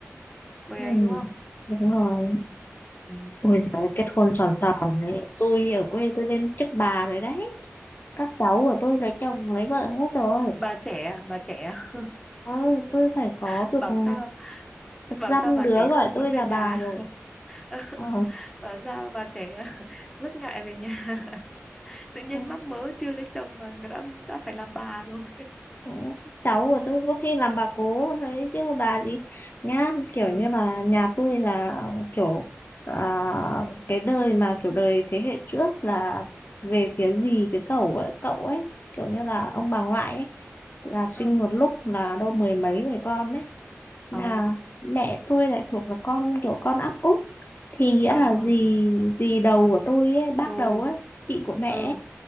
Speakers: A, in the centre; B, on the left (about 45°).
A: mới
B: ừ,
A: ấy đúng không?
B: đúng rồi
A: Ừ, ừ.
B: ôi giời kết hôn sòn sòn đấy tôi ở quê tôi lên chức bà rồi đấy các cháu của tôi lấy chồng lấy vợ hết rồi
A: Bà trẻ, à? bà trẻ. à?
B: Ờ, tôi phải có
A: <laughs>
B: được
A: Bảo
B: ừ,
A: sao,
B: được dăm
A: bảo sao bà
B: đứa
A: trẻ
B: gọi
A: không muốn
B: tôi là
A: về nhà.
B: bà rồi
A: <laughs>
B: Ờ.
A: Bảo sao bà trẻ <laughs> rất ngại về nhà. <laughs> Tự nhiên
B: <laughs>
A: mắc mớ chưa lấy chồng mà đã đã phải làm bà rồi.
B: Ừ, cháu của tôi có khi làm bà cố đấy chứ bà gì nhá kiểu
A: Ừ,
B: như là nhà tôi là kiểu à, cái đời mà kiểu đời thế hệ trước là về phía dì cái cậu ấy, cậu ấy kiểu như là
A: ừ.
B: ông bà ngoại ấy là
A: ừ
B: sinh một lúc là đâu mười mấy người con ấy là
A: ờ
B: mẹ tôi lại thuộc là con kiểu con áp út thì nghĩa
A: ờ
B: là dì dì đầu của tôi ấy, bác
A: rồi
B: đầu ấy chị của mẹ
A: ừ
B: ấy,